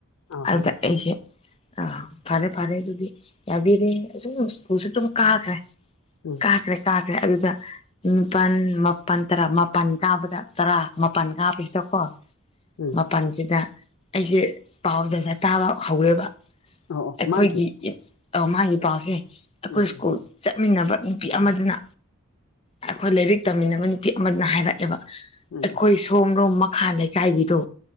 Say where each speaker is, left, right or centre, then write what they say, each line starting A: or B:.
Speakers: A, on the left; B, on the left.
A: ꯑ
B: ꯑꯗꯨꯒꯥ
A: ꯍꯧꯖꯤꯛ
B: ꯑꯩꯁꯦ ꯑ ꯐꯔꯦ ꯐꯥꯔꯦ ꯑꯗꯨꯨꯗꯤ ꯌꯥꯕꯤꯔꯦ ꯑꯁꯨꯝ ꯏꯁꯀꯨꯜꯁꯨ ꯑꯗꯨꯝ ꯀꯥꯈꯔꯦ
A: ꯎꯝ
B: ꯀꯥꯈ꯭ꯔꯦ ꯀꯥꯈ꯭ꯔꯦ ꯑꯗꯨꯗ ꯅꯤꯄꯥꯜ ꯃꯥꯄꯜ ꯇꯔꯥ ꯃꯥꯄꯜ ꯀꯥꯕꯗ ꯇꯔꯥ ꯃꯥꯄꯜ ꯀꯥꯕꯁꯤꯗ ꯀꯣ
A: ꯎꯝ
B: ꯃꯥꯄꯜꯁꯤꯗ ꯑꯩꯁꯦ ꯄꯥꯎ ꯆꯥꯖꯠ ꯇꯥꯕꯥ ꯍꯧꯔꯦꯕ
A: ꯑꯣ ꯑꯣ
B: ꯑꯩꯈꯣꯏꯒꯤ
A: ꯃꯥꯒꯤ
B: ꯑ ꯃꯥꯒꯤ ꯄꯥꯎꯁꯦ ꯑꯩꯈꯣꯏ
A: ꯎꯝ ꯎꯝ
B: ꯁ꯭ꯀꯨꯜ ꯆꯠꯃꯤꯟꯅꯕ ꯅꯨꯄꯤ ꯑꯃꯗꯨꯅ ꯑꯩꯈꯣꯏ ꯂꯥꯏꯔꯤꯛ ꯇꯝꯃꯤꯟꯅꯕ ꯅꯨꯄꯤ ꯑꯃꯗꯨꯅ ꯍꯥꯏꯔꯛꯑꯦꯕ
A: ꯎꯝ
B: ꯑꯩꯈꯣꯏ
A: ꯎꯝ ꯎꯝ
B: ꯁꯣꯝꯂꯣꯝ ꯃꯈꯥ ꯂꯩꯀꯥꯏꯒꯤꯗꯣ